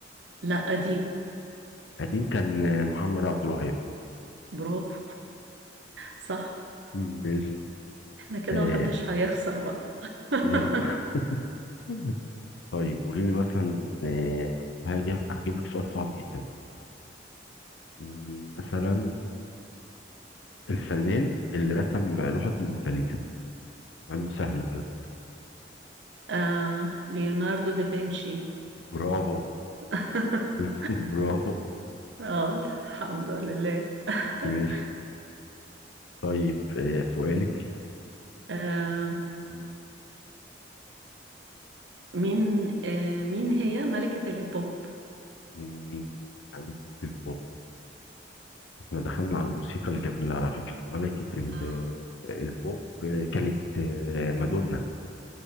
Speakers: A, on the right; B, on the left.
A: لا قديم
B: قديم كان آه، محمد عبد الوهاب
A: برافو صح
B: ماشي
A: احنا كده
B: آه
A: محدش هيخسر بقى <laughs>
B: لا <laughs> طيب قولي لي مثلا آه، حاجة هجيب لك سؤال صعب جدا مم، مثلا الفنان اللي رسم لوحة الموناليزا مع انه سهل بجد
A: آه، ليوناردو دافنشي
B: برافو
A: <laughs>
B: <laughs> برافو
A: اه الحمد لله <laughs>
B: ماشي طيب آه، سؤالك
A: آه،
B: مم.
A: مين آه، مين هي ملكة البوب
B: مم، ملكة البوب احنا دخلنا على الموسيقى الجميلة على فكرة ملكة ال-
A: آه
B: آه، البوب آه، كانت آه، مادونا